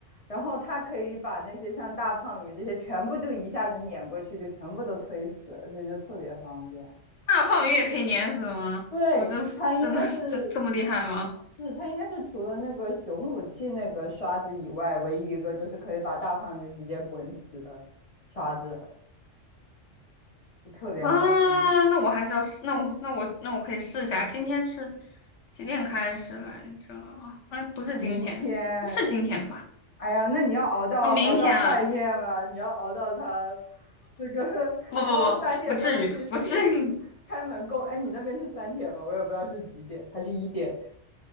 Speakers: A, on the left; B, on the left.
A: 然后它可以把那些像大胖鱼这些全部就一下子碾过去，就全部都推死了，所以就特别方便。
B: 大胖鱼也可以碾死吗？
A: 对，
B: 我真服真的这这么厉害吗？
A: 它应该是，是它应该是除了那个熊武器那个刷子以外，唯一一个就是可以把大胖鱼直接滚死的刷子，就特别好用。
B: 啊，那我还是要试，那我那我那我可以试一下。今天是几点开始来着？哎，不是今天，
A: 明天
B: 不是今天吧？
A: 哎呀，那你要熬到熬到半夜吗？
B: 啊，明天啊。
A: 你要熬到他这个，<laughs>
B: 不不不，
A: 你要三点钟去去去开门工。
B: 不至于，不至于。<laughs>
A: 哎，你那边是三点吗？我也不知道是几点，还是一点